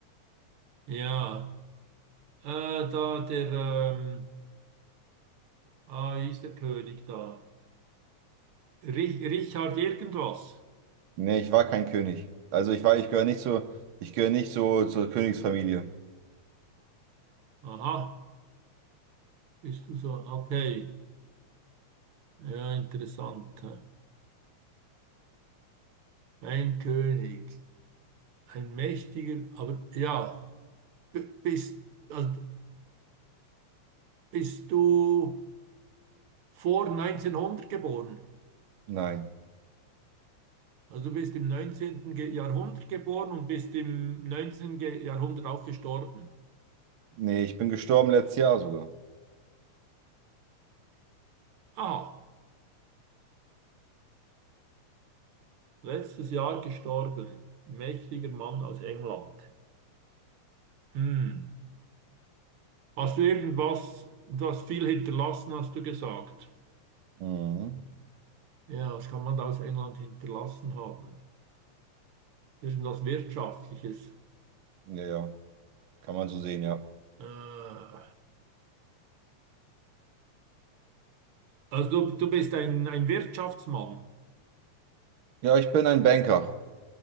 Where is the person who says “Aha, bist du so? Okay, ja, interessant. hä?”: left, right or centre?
Right